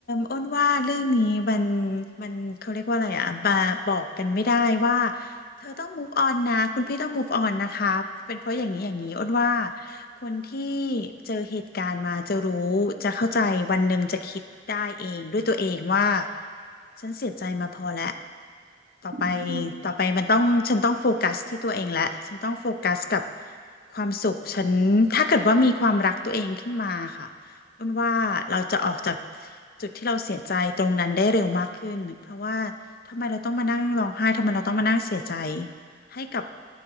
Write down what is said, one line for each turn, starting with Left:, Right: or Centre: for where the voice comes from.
Left: อ้นว่าเรื่องนี้มันมันเขาเรียกว่าอะไรอ่ะบาบอกกันไม่ได้ว่าเธอต้อง move on นะคุณพี่ต้อง move on นะคะเป็นเพราะอย่างนี้อย่างนี้อ้นว่าคนที่เจอเหตุการณ์มาจะรู้จะเข้าใจวันหนึ่งจะคิดได้เองด้วยตัวเองว่าฉันเสียใจมาพอแล้วต่อไป
Right: อืม
Left: ต่อไปมันต้องฉันต้องโฟกัสที่ตัวเองและฉันต้องโฟกัสกับความสุขฉันถ้าเกิดว่ามีความรักตัวเองขึ้นมาค่ะ อ้นว่าเราจะออกจากจุดที่เราเสียใจตรงนั้นได้เร็วมากขึ้นเพราะว่าทำไมเราต้องมานั่งร้องไห้ทำไมเราต้องมานั่งเสียใจให้กับ